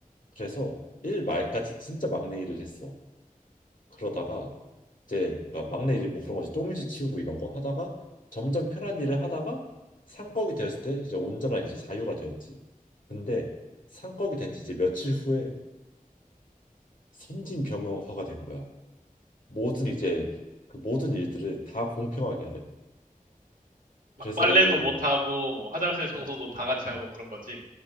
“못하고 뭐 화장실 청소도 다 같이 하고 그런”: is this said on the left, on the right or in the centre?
Right